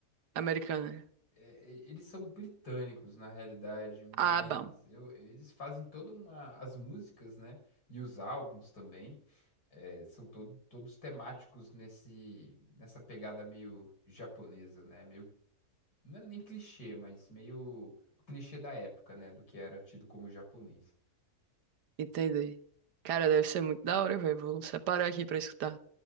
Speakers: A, on the right; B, on the left.
A: americana?
B: é, eles são britânicos, na realidade, mas
A: Ah, bom.
B: eu- eles fazem toda uma... As músicas, né? E os álbuns também, é, são todo- todos temáticos nesse, nessa pegada meio japonesa, né? Meio não é nem clichê, mas meio clichê da época, né? Do que era tido como japonês.
A: Entendi. Cara, deve ser muito da hora, velho. Vou separar aqui pra escutar.